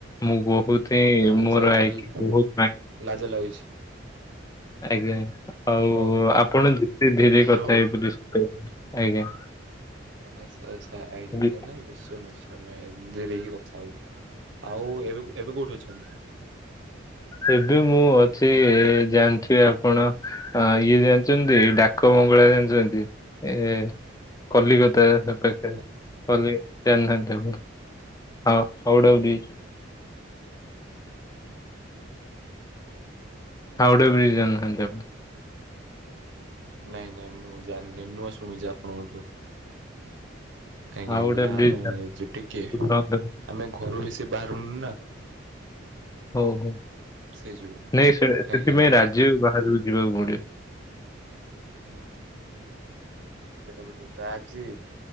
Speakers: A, on the left; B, on the right.
A: ମୁଁ ବହୁତ ହିଁ ମୋର
B: ଆଚ୍ଛା ଆ-
A: <unintelligible>
B: ଲାଜ ଲାଗୁଛି
A: ଆଜ୍ଞା ଆଉ
B: ଓହୋ
A: ଆପଣ ଧୀରେ
B: ଇଣ୍ଟ୍ରୋଭଟ
A: କଥା ହେଇପାରିବେ <unintelligible> ଆଜ୍ଞା।
B: ଆଚ୍ଛା-ଆଚ୍ଛା ଆଜ୍ଞା-ଆଜ୍ଞା
A: ବି-
B: ନାଇଁ ନିଶ୍ଚୟ-ନିଶ୍ଚୟ ଆମେ ଧିରେ ହିଁ କଥା ହବୁ। ଆଉ ଏବେ ଏବେ କୋଉଠି ଅଛନ୍ତି?
A: ଏବେ ମୁଁ ଅଛି ଜାଣିଥିବେ ଆପଣ ହଁ ଇଏ ଜାଣିଛନ୍ତି ଡାକ ବଙ୍ଗଳା ଜାଣିଛନ୍ତି ଏ କଲିକତା
B: ହୁଁ।
A: ପଖେରେ।
B: ନା
A: କଲିକତା ଜାଣିନାହାନ୍ତି ଆପଣ ହ ହାଉଡ଼ା ବ୍ରିଜ୍। ହାଉଡା ବ୍ରିଜ୍ ଜାଣିନାହାନ୍ତି ଆପଣ?
B: ନାଇଁ ନାଇଁ ମୁଁ ଜାଣିନି ନୂଆ ଶୁଣୁଛି ଆପଣଙ୍କଠୁ। ଆଜ୍ଞା
A: ହାଉଡା
B: ଆଜ୍ଞା
A: ବ୍ରିଜ
B: ଆମେ <unintelligible> ଟିକେ
A: ଜାଣିନାହାନ୍ତି?
B: ଆମେ ଘରୁ ବେଶି ବାହାରୁନୁ ନା।
A: ହଉ ହଉ
B: ସେଇ ଯୋଗୁ।
A: ନାଇଁ ସେ ସେଥିପାଇଁ
B: ଆଜ୍ଞା ଆଜ୍ଞା
A: ରାଜ୍ୟ ବାହାରକୁ ଯିବାକୁ ପଡିବ।
B: ହୁଁ। ସେଇଟାକୁ ଠିକ ଆଜି